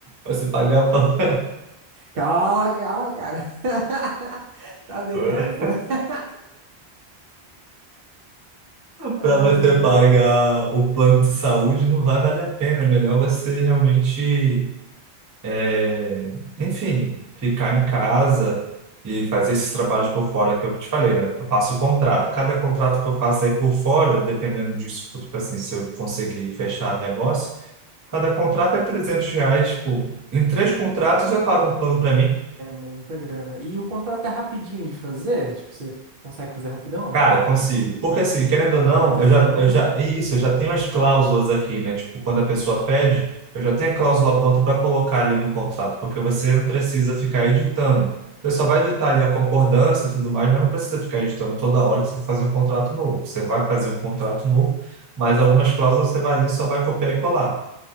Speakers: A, on the right (about 25°); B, on the right (about 60°).
A: Você pagar pra-
B: Cala, cala, cara. <laughs> Tá devendo,
A: <laughs>
B: pô? Ai,
A: para
B: ai.
A: você pagar o plano de saúde não vai valer a pena. É melhor você realmente É, enfim, ficar em casa e fazer esses trabalhos por fora que eu te falei, né? Eu faço o contrato. Cada contrato que eu faço aí por fora, dependendo disso, tipo assim, se eu conseguir fechar negócio, cada contrato é 300 reais. Tipo, em três contratos eu pago um plano para mim.
B: É muita grana. E o contrato é rapidinho de fazer? Tipo, você consegue fazer rapidão?
A: Cara, consigo. Porque assim, querendo
B: Ah,
A: ou não,
B: então
A: eu
B: é
A: já,
B: bom,
A: eu
B: hein?
A: já, é isso, eu já tenho as cláusulas aqui, né? Tipo, quando a pessoa pede, eu já tenho a cláusula pronta para colocar ali no contrato, porque você não precisa ficar editando. Você só vai editar ali a concordância e tudo mais, mas não precisa ficar editando toda hora que você for fazer um contrato novo. Você vai fazer um contrato novo, mas algumas cláusulas você vai ali e só vai copiar e colar.